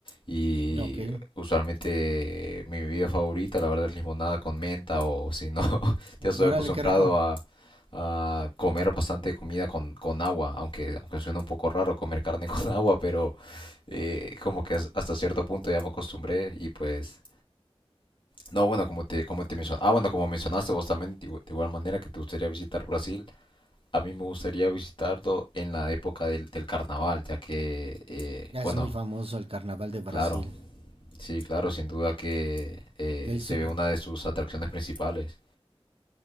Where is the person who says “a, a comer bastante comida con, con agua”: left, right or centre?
Left